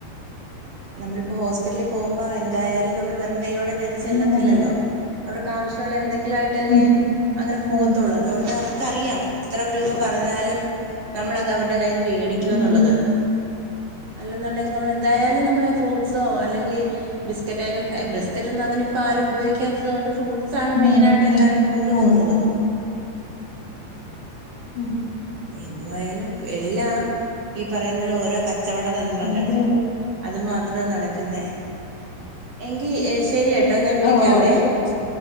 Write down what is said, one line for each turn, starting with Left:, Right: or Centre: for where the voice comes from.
Right: നമ്മളിപ്പോ ഹോസ്പിറ്റലിൽ പോകുമ്പോ എന്തായാലും നമ്മള് വെറും കയോടെ കേയറിച്ചെല്ലത്തില്ലല്ലോ
Left: ഉം, അതെ
Right: അവർക്ക് ആവശ്യമുള്ള എന്തെങ്കിലും ആയിട്ടല്ലേ
Left: ഉം
Right: അങ്ങനെ പോകത്തുള്ളൂ
Left: ഉം
Right: അതുകൊണ്ട് അവർക്കറിയാം എത്ര രൂപ പറഞ്ഞാലും നമ്മളത് അവര്ടെ കയ്യിൽ നിന്ന് വേടിക്കുംന്നുള്ളത്
Left: ഉം
Right: അല്ലന്നുണ്ടെിൽ നമ്മളെന്തായാലും നമ്മ ഫ്രൂട്ട്സ്ഓ അല്ലെങ്കിൽ ബിസ്ക്കറ്റ് ഐറ്റം ബിസ്ക്കറ്റ് ഒന്നും അങ്ങനെ ഇപ്പൊ ആരും ഉപയോഗിക്കാത്തത് കൊണ്ട് ഫ്രൂ ഫ്രൂട്ട്സ് ആണ് മെയിൻ
Left: അതെ
Right: ആയിട്ട് എല്ലാരും കൊണ്ടു പോോകുന്നതും
Left: അതെ ഉം, ഉം
Right: എന്തുവായാലും എല്ലാം ഈ പറയുന്നൊലേ ഓരോ ക ച്ചവടതന്ത്രങ്ങൾ
Left: അതെ അതെ
Right: അത് മാത്രാ നടക്ക്ന്നേ എങ്കി ഏഹ് ശരിയട്ടോ ഞാൻ വിളിക്കാവേ
Left: ആ ഓക്കെ ശരി